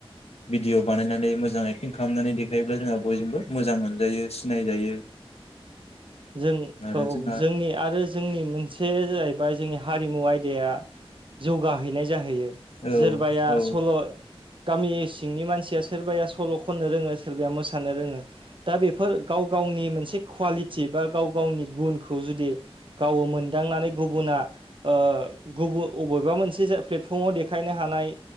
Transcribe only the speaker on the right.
जों
औ
जोंनि आरो जोंनि मोनसे जाहैबाय जोंनि हारिमु आयदाया जौगाहैनाय जाहैयो
सोरबाया
सल' गामि सिंनि मानसिया सोरबाया सल' खननो रोङो सोरबाया मोसानो रोङो दा बेफोर गाव गाव गावनि मोनसे कवालि टि बा गाव गावनि गुनखौ जुदि गाव मोनदांनानै गुबुना ओ गु <unintelligible> अबेबा मोनसे जे प्लेटफर्माव देखायनो हानाय